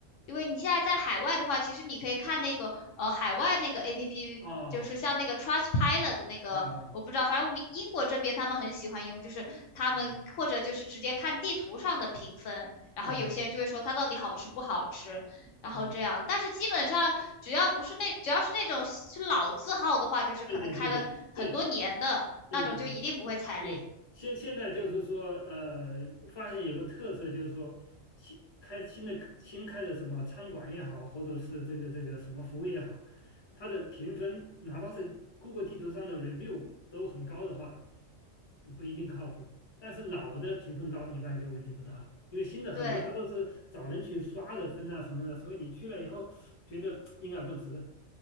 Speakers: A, on the left (about 70°); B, on the left (about 25°).
A: 因为你现在在海外的话，其实你可以看那个呃海外那个 APP，
B: 哦
A: 就是像那个 Trustpilot 的那个，
B: 啊啊
A: 我不知道，反正我们英国这边他们很喜欢用，就是他们或者就是直接看地图上的评分，
B: 啊
A: 然后有些人就会说它到底好吃不好吃，
B: 啊
A: 然后这样。
B: 啊，
A: 但是基本上只要不是那只要是那种是老字号的话，就是可能开了很多年的那种，
B: 对对对对对对对对
A: 就一定不会踩雷。
B: 对，现现在就是说，呃，发现有个特色，就是说新开新的新开的什么餐馆也好，或者是这个这个什么服务也好，它的评分，哪怕是 Google 地图上的 review 都很高的话，都不一定靠谱。但是老的评分高，一般就问题不大了，因为新的很多它都是找人去刷的分啊什么的，
A: 对。
B: 所以你去了以后觉得 <tsk> 应该不值。